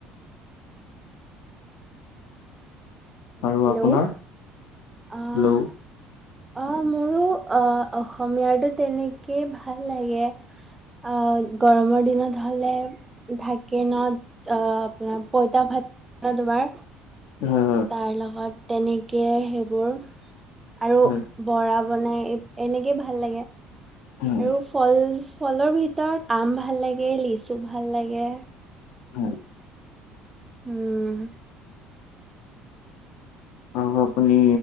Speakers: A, on the left; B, on the right.
A: আৰু
B: হেল্ল'
A: আপোনাৰ।
B: অঁ।
A: হেল্ল'
B: অ মোৰো অহ অসমীয়াটো তেনেকেই ভাল লাগে। অ গৰমৰ দিনত হলে থাকে ন অ আপোনাৰ পইতা ভাত ন দুবাৰ
A: হয়
B: তাৰ লগত তেনেকে সেইবোৰ আৰু
A: হয়
B: বৰা বনাই এনেকে ভাল লাগে
A: হয়
B: আৰু ফল ফলৰ ভিতৰত আম ভাল লাগে লিচু ভাল লাগে
A: হয়
B: উম
A: আৰু আপুনি